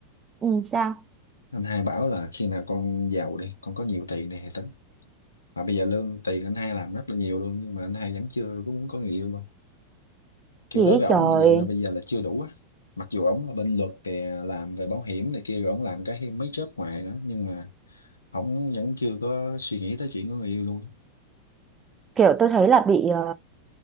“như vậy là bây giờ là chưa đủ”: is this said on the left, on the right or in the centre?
Left